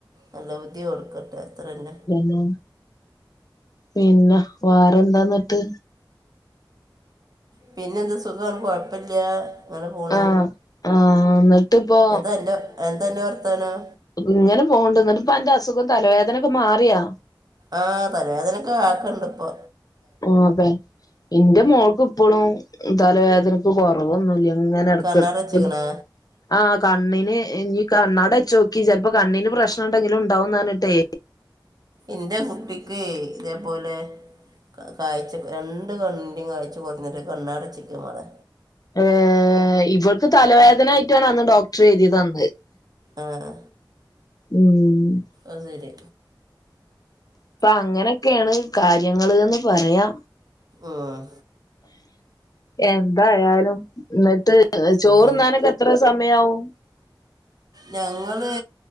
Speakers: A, on the right; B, on the left.
A: നല്ല ബുദ്ധി കൊടുക്കട്ടെ അത്രന്നെ
B: ലോ പിന്നെ വേറെ എന്താന്നിട്ട്?
A: പിന്നെ എന്ത് സുഖം കുഴപ്പില്ല അങ്ങനെ പോണ്
B: ആഹ് ആഹ് എന്നിട്ടിപ്പോ
A: എന്താ എന്റെ എന്താന്റെ വർത്തനം
B: ഇങ്ങനെ പൊണ്ട്ന്ന്ട്ട്പോ അന്റെ അസുഖം തലവേദനൊക്കെ മാറിയാ
A: ആ തലവേദനൊക്കെ ആാക്കണ്ട് ഇപ്പൊ
B: ആഹ് അപ്പേ ഇന്റെ മോൾക്ക് ഇപ്പളും തലവേദന പ്പൊ കൊറവൊന്നുമല്ല ഇങ്ങനെ ഇടക്ക്
A: കണ്ണടച്ചിക്കണേ
B: ഇടക്ക് ആഹ് കണ്ണിന് ഇനി കണ്ണാടച്ച് നോക്കി ചിലപ്പോ കണ്ണിന് പ്രശ്നം ഉണ്ടെങ്കിലും ഉണ്ടാവന്നാണ്ട്ടേ
A: ഇൻ്റെ കുട്ടിക്ക് ഇതെപോലെ കായ്ച്ച രണ്ട് കണ്ണിന്റെറെയും കായ്ച്ച കുറഞ്ഞിട്ടുണ്ട് കണ്ണട ചിക്ക മളെ
B: ഏഹ് ഇവർക്ക് തലവേദന ആയിട്ടാണ് അന്ന് ഡോക്ടർ എഴുതിയ തന്നത്
A: ആഹ്
B: ഉം ഉം
A: അതുശരി
B: അപ്പൊ അങ്ങനെയൊക്കെയാണ് കാര്യങ്ങള് എന്ന് പറയാം
A: ആഹ്
B: എന്തായാലും എന്നിട്ട് ചോറ്ന്നാനൊക്കെ
A: അങ്ങനെ
B: എത്ര സമയവും
A: ഞങ്ങള്